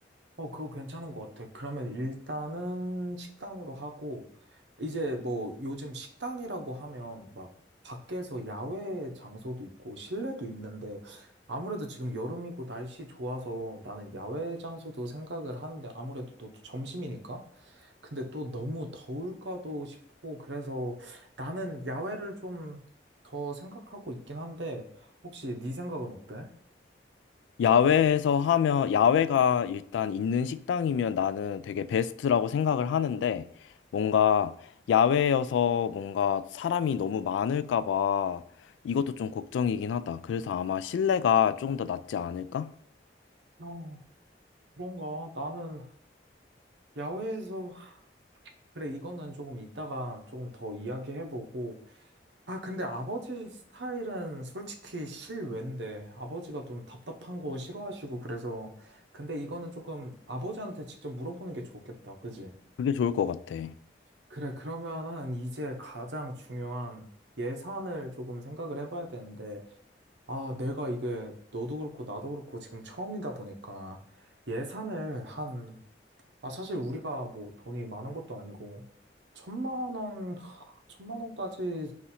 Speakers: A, on the right; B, on the left.
A: 어, 그거 괜찮은 것 같아. 그러면 일단은 식당으로 하고, 이제 뭐 요즘 식당이라고 하면 막 밖에서 야외 장소도 있고 실내도 있는데 아무래도 지금 여름이고 날씨 좋아서 나는 야외 장소도 생각을 하는데 아무래도 또 점심이니까? 근데 또 너무 더울까도 싶고 그래서 나는 야외를 좀 더 생각하고 있긴 한데 혹시 네 생각은 어때?
B: 야외에서 하면 야외가 일단 있는 식당이면 나는 되게 베스트라고 생각을 하는데 뭔가 야외여서 뭔가 사람이 너무 많을까 봐 이것도 좀 걱정이긴 하다. 그래서 아마 실내가 좀 더 낫지 않을까?
A: 어, 그런가? 나는 야외에서 그래, 이거는 조금 이따가 조금 더 이야기해보고. 아, 근데 아버지 스타일은 솔직히 실외인데, 아버지가 좀 답답한 거 싫어하시고, 그래서. 근데 이거는 조금 아버지한테 직접 물어보는 게 좋겠다, 그지?
B: 그게 좋을 것 같아.
A: 그래, 그러면은 이제 가장 중요한 예산을 조금 생각을 해봐야 되는데, 아, 내가 이게 너도 그렇고 나도 그렇고 지금 처음이다 보니까 예산을 한 아, 사실 우리가 뭐 돈이 많은 것도 아니고, 천만 원, 하, 천만 원까지